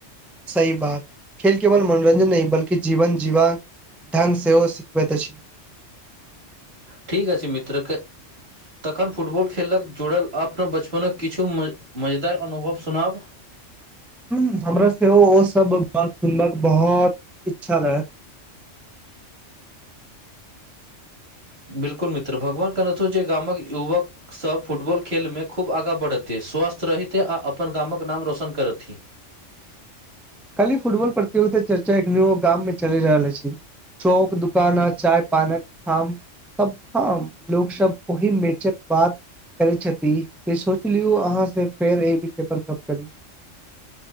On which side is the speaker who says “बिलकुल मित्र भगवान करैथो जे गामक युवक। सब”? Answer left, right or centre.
Right